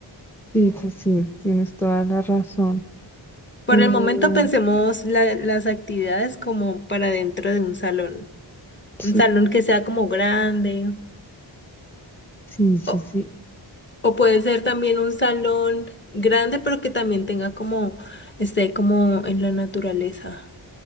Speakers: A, in the centre; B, on the left (about 25°).
A: sí, sí, sí. Tienes toda la razón.
B: Por
A: Eh,
B: el momento pensemos la- las actividades como para dentro de un salón.
A: sí,
B: Un salón que sea como grande
A: sí, sí,
B: o,
A: sí.
B: o puede ser también un salón grande pero que también tenga como, esté como en la naturaleza,